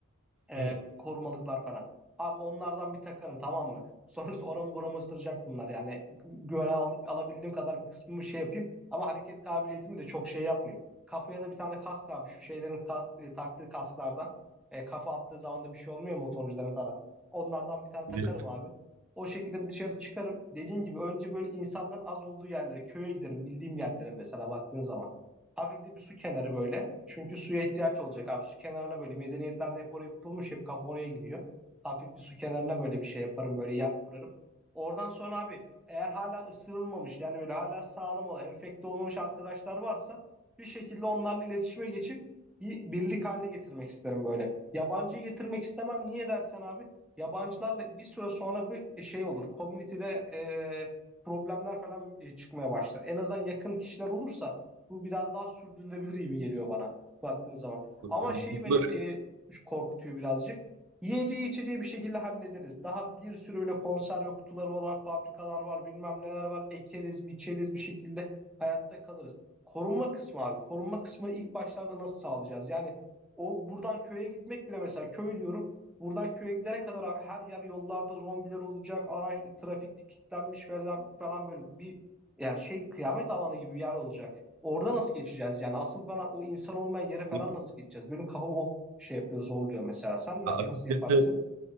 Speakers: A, in the centre; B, on the right.
A: e,
B: Evet.
A: korumalıklar falan. Abi onlardan bir takarım tamam mı? <laughs> Sonuçta oramı buramı ısıracak bunlar yani. Güvene aldım, alabildiğim kadar bir kısmımı şey yapayım. Ama hareket kabiliyetimi de çok şey yapmayayım. Kafaya da bir tane kask abi. Şu şeylerin kas- e, taktığı kasklardan. E, kafa attığı zaman da bir şey olmuyor motorcuların falan. Onlardan bir tane takarım
B: Biliyorum.
A: abi. O şekilde bir dışarı çıkarım. Dediğin gibi önce böyle insanların az olduğu yerlere, köye giderim. Bildiğim yerlere mesela baktığın zaman. Hafif de bir su kenarı böyle. Çünkü suya ihtiyaç olacak abi. Su kenarına böyle medeniyetlerde hep oraya kurulmuş. Hep kafa oraya gidiyor. Hafif bir su kenarına böyle bir şey yaparım. Böyle yer kurarım. Oradan sonra abi eğer hala ısırılmamış yani böyle hala sağlam olan enfekte olmamış arkadaşlar varsa bir şekilde onlarla iletişime geçip bir birlik haline getirmek isterim böyle. Yabancıyı getirmek istemem. Niye dersen abi yabancılarla bir süre sonra bir şey olur. Komünitede e, problemler falan e, çıkmaya başlar. En azından yakın kişiler olursa bu biraz daha sürdürülebilir gibi geliyor bana baktığın zaman.
B: Çok
A: Ama
B: mantıklı.
A: şey benim e, korkutuyor birazcık. Yiyeceği içeceği bir şekilde hallederiz. Daha bir sürü böyle konserve kutuları olan fabrikalar var, bilmem neler var. Ekeriz, biçeriz bir şekilde hayatta kalırız. Korunma kısmı abi. Korunma kısmını ilk başlarda nasıl sağlayacağız? Yani o buradan köye gitmek bile mesela köy diyorum. Buradan köye gidene kadar abi her yer yollarda zombiler olacak. Araç trafik kilitlenmiş falan, falan böyle bir yani şey kıyamet alanı gibi bir yer olacak. Orada nasıl geçeceğiz yani? Asıl bana o insan olmayan yere falan
B: Benim
A: nasıl geçeceğiz? Benim kafam o şey yapıyor, zorluyor mesela. Sen ne-
B: açıkçası
A: nasıl yaparsın?